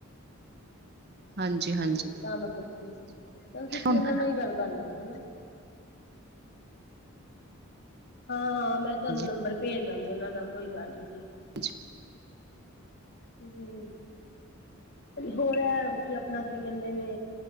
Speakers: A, on the right (about 50°); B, on the left (about 55°).
A: ਹਾਂਜੀ ਹਾਂ।
B: ਤੇ ਤਾਂ ਮੈਂ ਪੁੱਛ ਰਹੀ ਸੀ, ਚੱਲ ਤੁਸੀਂ
A: ਹਾਂਜੀ
B: ਉਹਨਾਂ ਨਾਲ ਹੀ ਗੱਲ ਕਰ ਲੈਣਾ ਹੈਨਾ। ਹਾਂ-ਹਾਂ ਮੈਂ
A: ਹਾਂਜੀ
B: ਤੁਹਾਨੂੰ ਨੰਬਰ ਭੇਜ ਦਾਂਗੀ ਉਹਨਾਂ ਦਾ ਕੋਈ ਗੱਲ ਨੀ ਜੀ।
A: ਅੱਛਾ
B: ਹਮ ਹੋਰ ਹੈ ਕੀ ਆਪਣਾ ਕੀ ਕਹਿੰਦੇ ਨੇ